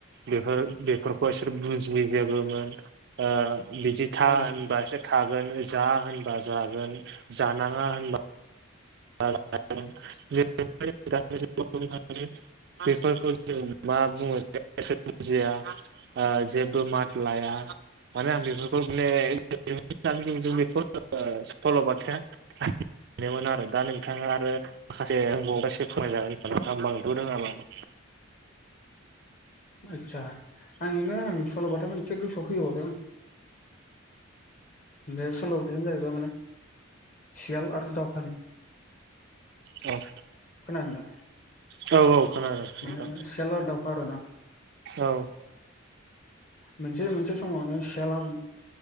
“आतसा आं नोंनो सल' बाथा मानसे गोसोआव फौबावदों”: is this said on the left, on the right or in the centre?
Left